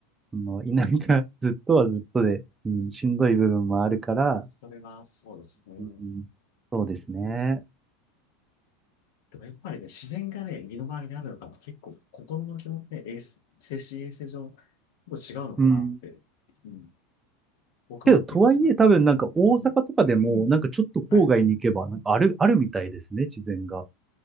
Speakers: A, on the right; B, on the left.
A: その、田舎 <laughs> ずっとはずっとで、うん、しんどい部分もあるから、
B: それはそうですね。
A: うんそうですね。
B: でもやっぱりね、自然がね、身の回りにあるのかと結構心の気持ちね、衛生精神衛生上、結構違うのかなって。
A: うん。
B: うん。僕は結構する。
A: けど、とはいえ、多分なんか大阪とかでも、
B: うん。
A: なんかちょっと郊外に行けば、
B: はい。
A: なんかある、あるみたいですね、自然が。